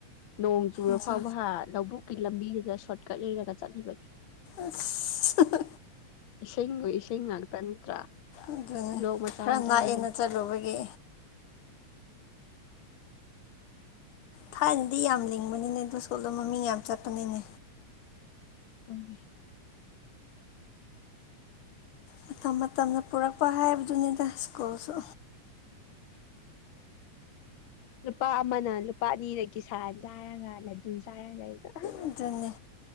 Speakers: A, on the left; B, on the left.
A: ꯅꯣꯡ ꯆꯨꯔ
B: ꯑꯁ
A: ꯐꯥꯎꯕ ꯍꯥ ꯂꯧꯕꯨꯛꯀꯤ ꯂꯝꯕꯤꯗꯨꯗ ꯁꯣꯠ ꯀꯛꯏꯗꯒ ꯆꯠꯂꯤꯕꯅꯤ
B: ꯑꯁ ꯍꯥꯍꯥ
A: ꯁꯦꯡ ꯑꯣꯏ ꯏꯁꯤꯡ ꯉꯥꯛꯇ ꯅꯠꯇ꯭ꯔꯥ
B: ꯑꯗꯨꯅꯤ
A: ꯂꯣꯛ ꯃꯆꯥ
B: ꯈꯔ
A: ꯃꯆꯥꯒ
B: ꯅꯛꯑꯦꯅ
A: ꯂꯩ
B: ꯆꯠꯂꯨꯕꯒꯤ ꯊꯥꯏꯅꯗꯤ ꯌꯥꯝ ꯂꯤꯡꯕꯅꯤꯅꯦ ꯑꯗꯨ ꯁꯀꯨꯜꯗꯣ ꯃꯃꯤꯡ ꯌꯥꯝ ꯆꯠꯄꯅꯤꯅꯦ
A: ꯍꯣꯢꯅꯦ
B: ꯃꯇꯝ ꯃꯇꯝꯅ ꯄꯨꯔꯛꯄ ꯍꯥꯏꯕꯗꯨꯅꯤꯗ ꯁ꯭ꯀꯨꯜꯁꯨ
A: ꯂꯨꯄꯥ ꯑꯃꯅ ꯂꯨꯄꯥ ꯑꯅꯤꯗ ꯀꯤꯁꯥꯥꯟ ꯆꯥꯔꯒ ꯂꯗꯨ ꯆꯥꯔ ꯂꯩꯕꯗꯣ
B: ꯑꯗꯨꯅꯦ